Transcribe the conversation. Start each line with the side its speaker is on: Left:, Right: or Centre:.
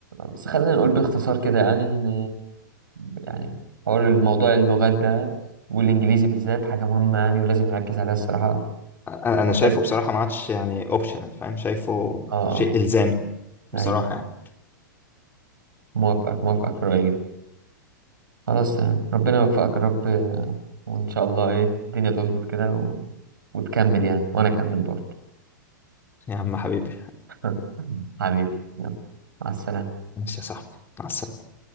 Right: بس خلينا نقول باختصار كده يعني ان يعني حوار الموضوع اللغات ده والانجليزي بالذات حاجة مهمة يعني ولازم نركز عليها الصراحة
Left: انا أنا
Right: بالذات-
Left: شايفه بصراحه ما عادش يعني اوبشنال فاهم شايفه
Right: اه
Left: شيء الزامي بصراحه
Right: ايوه
Left: يعني
Right: موافقك موافقك في رأيي جدا خلاص تمام. ربنا يوفقك يا رب آه، وان شاء الله ايه الدنيا تظبط كده و... وتكمل يعني وانا اكمل برضه
Left: يا عم حبيبي
Right: <laughs> حبيبي يلا مع السلامة
Left: ماشي يا صاحبي مع السلامه